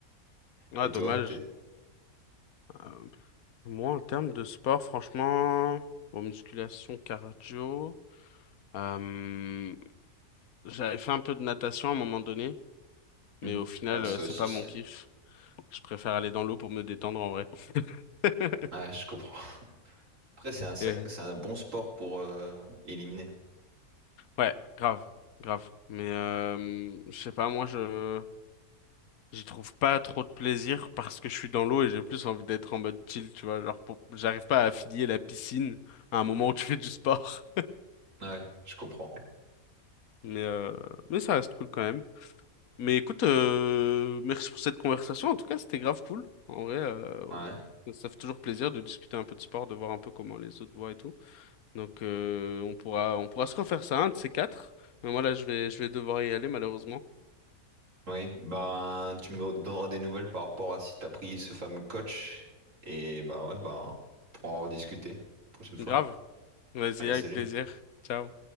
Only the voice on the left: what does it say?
Ah,
dommage.
Euh, moi, en termes de sport, franchement, bon, musculation, cardio, euh, j'avais fait un peu de natation à un moment donné, mais
au final,
euh, c'est
pas
mon kiff. Je préfère aller dans l'eau pour me détendre en vrai. <laughs>
Et-
Ouais, grave, grave. Mais euh, je sais pas, moi, je j'y trouve pas trop de plaisir parce que je suis dans l'eau et j'ai plus envie d'être en mode chill, tu vois. Genre, pour- j'arrive pas à affilier la piscine à un moment où tu fais du sport.
Mais, euh, mais ça reste cool quand même. Mais écoute, euh, merci pour cette conversation. En tout cas, c'était grave cool. En vrai, euh,
on- ça fait toujours plaisir de discuter un peu de sport, de voir un peu comment les autres voient et tout. Donc, euh, on pourra, on pourra se refaire ça, un de ces quatre. Mais moi, là, je vais, je vais devoir y aller, malheureusement.
Grave. Vas-y,
avec
plaisir. Ciao.